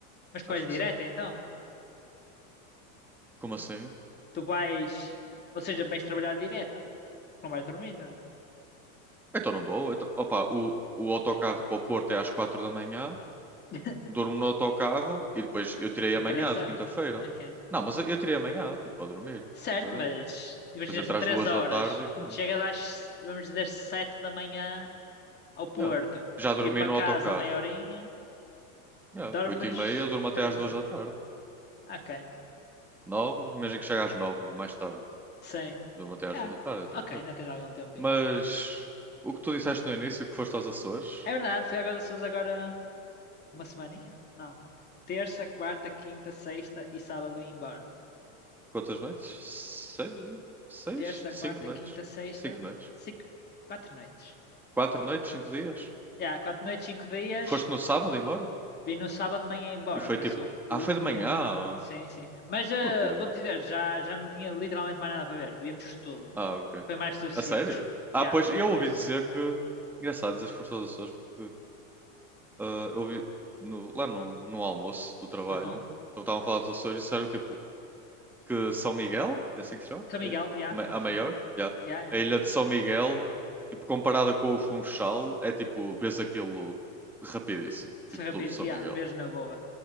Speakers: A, on the left; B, in the centre.
A: Mas tu
B: Acho
A: vais
B: que
A: direta
B: sim.
A: então?
B: Como assim?
A: Tu vais. Ou seja, vais trabalhar direta. Não vais dormir, não? é?
B: Então não vou. Então, opa, o, o autocarro para o Porto é às quatro da manhã,
A: <laughs>
B: durmo no autocarro e depois eu tirei
A: São
B: amanhã
A: três horas.
B: de quinta-feira.
A: Ok.
B: Não, mas eu, eu tirei amanhã, tipo, para dormir,
A: Certo,
B: um bocadinho.
A: mas imagina,
B: Depois entre
A: são três
B: às duas
A: horas.
B: da tarde e pronto.
A: Chegas às, vamos dizer, sete da manhã ao Porto.
B: Yeah. Já dormi
A: Ir para
B: no
A: casa
B: autocarro.
A: meia horinha.
B: Yeah.
A: Dormes
B: oito e meia, eu durmo até
A: 13.
B: às 2 da tarde.
A: Ok.
B: nove imagina que chega às 9 mais tarde.
A: Sim.
B: Durmo até às
A: Ah,
B: 2 da tarde, é tranquilo.
A: ok, ainda tens algum tempinho.
B: Mas o que tu disseste no início, que foste aos Açores,
A: É verdade, foi agora vocês agora uma semaninha? Não. Terça, quarta, quinta, sexta e sábado vim embora.
B: quantas noites? 6? seis
A: terça,
B: 5
A: quarta,
B: noites.
A: quinta, sexta,
B: cinco noites.
A: cinco, quatro noites.
B: quatro noites, 5 dias.
A: Já, quatro noites, cinco dias.
B: Foste no sábado embora?
A: Vim no sábado de manhã embora,
B: E foi
A: por
B: tipo,
A: isso o
B: ah, foi
A: último
B: de manhã.
A: dia não. Sim, sim. Mas eh,
B: Porquê?
A: vou-te dizer, já, já não tinha literalmente mais nada para ver. Víamos tudo.
B: Ah, ok.
A: Foi mais que suficientes.
B: A sério? Ah,
A: Já,
B: pois
A: foi
B: eu
A: mais
B: ouvi
A: que
B: dizer
A: suficiente.
B: que. Engraçado dizer que foste aos Açores. porque ah, eu vi no- lá no, no almoço do trabalho,
A: Aham.
B: então estavam a falar dos Açores e disseram tipo, que São Miguel, é assim que se chama?
A: São Miguel,
B: A ilha?
A: já,
B: A ma-
A: foi
B: a
A: ainda
B: maior?
A: fui.
B: Yeah.
A: Já,
B: A
A: já.
B: ilha de São Miguel, tipo, comparada com o Funchal, é tipo, vês aquilo rapidíssimo,
A: Serra
B: tipo, tudo
A: Pira,
B: São
A: já,
B: Miguel.
A: beijo na boa.